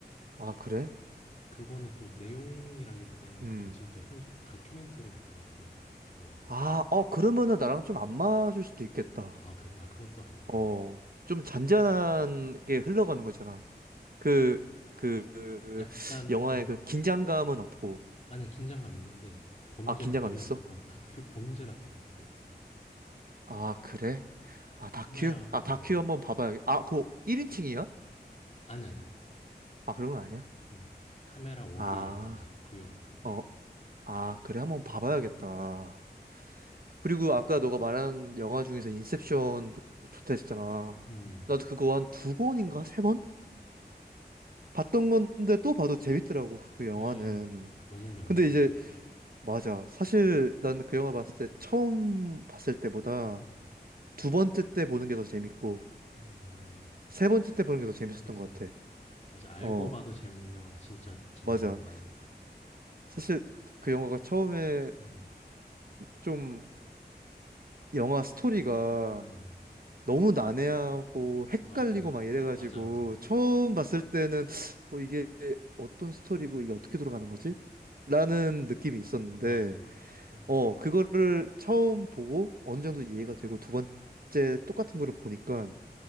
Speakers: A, on the right; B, on the left.
A: 아, 그래?
B: 어, 그거는 또 내용이라기보다는
A: 음.
B: 그냥 진짜 현실 뭐 다큐멘터리 같은 느낌이라고 해야 되나 영화가
A: 아,
B: 무슨
A: 어, 그러면은 나랑 좀
B: 음,
A: 안 맞을 수도 있겠다.
B: 아 그래? 아 그건 또 아니야?
A: 어,
B: 어.
A: 좀 잔잔하게 흘러가는 거잖아. 그, 그, 그
B: 약간
A: 영화의
B: 어
A: 그 긴장감은 없고.
B: 아니야 긴장감 있는데 범죄
A: 아, 긴장감
B: 다큐멘터
A: 있어?
B: 어 다큐 범죄 다큐멘터리 같은 느낌이야.
A: 아, 그래? 아, 다큐?
B: 카메라
A: 아,
B: 어
A: 다큐 한번 봐봐야겠. 아, 그거 1인칭이야?
B: 아니 아니야.
A: 아, 그런 거 아니야?
B: 어 카메라 웍이
A: 아,
B: 약간 다큐 같은 느낌이야.
A: 어, 아, 그래? 한번 봐봐야겠다.
B: 음.
A: 그리고 아까 너가 말한 영화 중에서 인셉션도 좋다 했잖아.
B: 음.
A: 나도 그거 한 두 번인가 세 번? 봤던 건데 또 봐도 재밌더라고, 그 영화는.
B: 그지 그 너무 명작이지.
A: 근데 이제 맞아. 사실 난 그 영화 봤을 때 처음 봤을 때보다
B: 음.
A: 두 번째 때 보는 게 더 재밌고
B: 음.
A: 세 번째 때 보는 게 더 재밌었던
B: 그지
A: 것 같아.
B: 맞아 알고
A: 어,
B: 봐도 재밌는 영화가 진짜 재밌는
A: 맞아.
B: 영화인데.
A: 사실 그 영화가 처음에는
B: 어.
A: 좀 영화 스토리가
B: 어.
A: 너무 난해하고 헷갈리고
B: 맞아.
A: 막 이래가지고
B: 맞아 맞아.
A: 처음 봤을 때는 어, 이게 어떤 스토리고 이게 어떻게 돌아가는 거지? 라는 느낌이 있었는데
B: 맞아. 어.
A: 어, 그거를 처음 보고 어느 정도 이해가 되고 두 번째 똑같은 거를 보니까